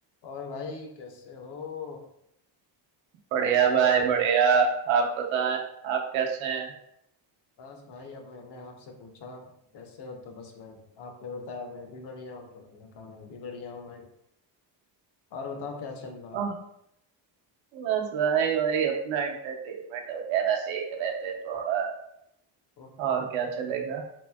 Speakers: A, on the left; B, on the right.
A: और भाई कैसे हो
B: बढ़िया भाई बढ़िया आप बताएं आप कैसे हैं
A: बस भाई अब मैंने आपसे पूछा कैसे हो तो बस मैं आपने बताया मैं भी बढ़िया हूँ तो मैंने कहा मैं भी बढ़िया हूँ भाई और बताओ क्या चल रहा है
B: ओह, बस भाई वही अपना एंटरटेनमेंट वगैरह देख रहे थे थोड़ा
A: ओह
B: और क्या चलेगा